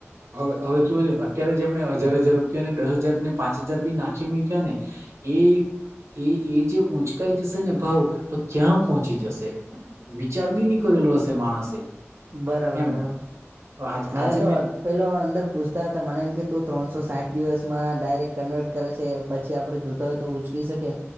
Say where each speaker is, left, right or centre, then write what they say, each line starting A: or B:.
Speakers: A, on the right; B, on the right.
A: હવે હવે ત અત્યારે જે એમણે હજાર હજાર રૂપિયા ને દસ હજાર ને પાંચ હજાર બી નાખી મૂક્યા ને એ એ એ જે ઊંચકાઈ જશે ને ભાવ તો ક્યાં પહોંચી જશે વિચાર બી ન કરેલો હશે માણસે
B: બરાબર
A: એમ
B: બરાબર
A: આજ
B: મે
A: આજે
B: તો
A: મેં
B: પેલો અંદર પૂછતા હતા મને એમ કે તું ત્રણસો સાઠ દિવસ માં ડાયરેક્ટ કન્વર્ટ કરે છે પછી આપણેે જોતા હોય તો ઉચકી શકીએ